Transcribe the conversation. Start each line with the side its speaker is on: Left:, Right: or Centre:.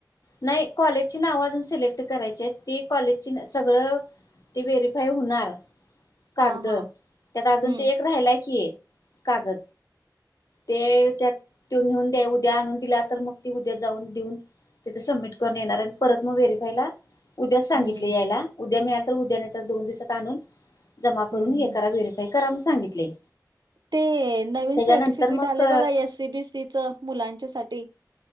Left: नाही कॉलेजची नाव अजून सिलेक्ट करायची आहेत तेी कॉलेजची सगळं ती व्हेरीफाय होणार. कागद
Right: हा हा
Left: त्यात अजून
Right: हम्म
Left: ते एक राहीलाय की कागद ते त्यात त नेऊन द्या उद्या आणून दिल्या तर मग ती उद्या जाऊन देऊन. तिथ सबमिट करून येणार आणि परत मग व्हेरीफायला उद्याच सांगितले
Right: हम्म
Left: यायला उद्या मिळाल तर उद्या नाही तर दोन दिवसात आणून जमा करून
Right: हम्म
Left: हे करा व्हेरीफाय करा म सांगितले.
Right: ते नवीन
Left: त्याच्यानंतर
Right: सर्टिफिकेट
Left: मग
Right: आले बघा एससीबीसीचं मुलांच्या साठी.